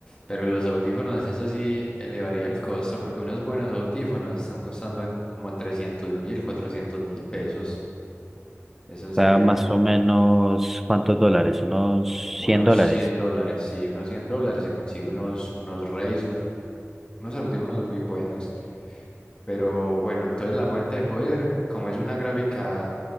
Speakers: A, on the left; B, in the centre.
A: Pero los audífonos, eso sí elevaría el costo, porque unos buenos audífonos están costando en como trescientos mil, cuatrocientos mil pesos. Eso
B: Está
A: sería
B: más o menos, ¿cuántos dólares? Unos
A: unos
B: 100 dólares.
A: 100 dólares. Sí, unos 100 dólares se consigue unos, unos Razer, unos audífonos muy buenos. Pero bueno, entonces la fuente de poder, como es una gráfica